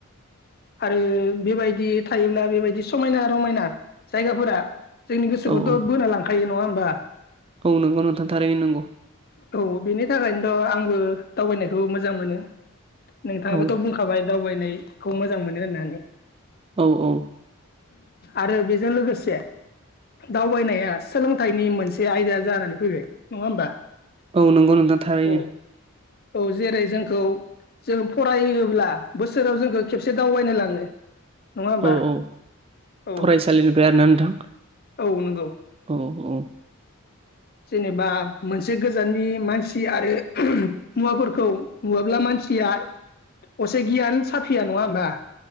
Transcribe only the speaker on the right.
औ औ
औ नंगौ नोंथां थारैनो नंगौ।
औ
औ औ।
औ नंगौ नोंथां थारैनो।
औ औ
फरायसालिनिफ्राय आरोना नोंथां?
औ औ।